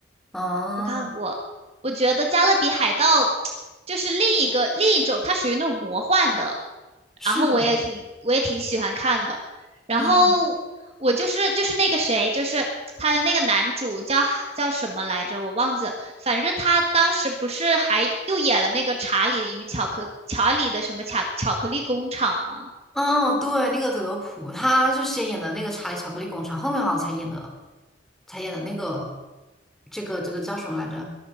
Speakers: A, in the centre; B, on the right.
A: 的啊，
B: 我看过，我觉得《加勒比海盗》就是另一个另一种，它属于那种魔幻的，
A: 是的，
B: 然后我也挺我也挺喜欢看的。然后我就是就是那个谁，
A: 嗯，
B: 就是他的那个男主叫叫什么来着，我忘记了。反正他当时不是还又演了那个查理与巧克查理的什么巧巧克力工厂吗？
A: 哦，对，那个德普，他是先演的那个《查理巧克力工厂》，后面好像才演的，才演的那个，这个这个叫什么来着？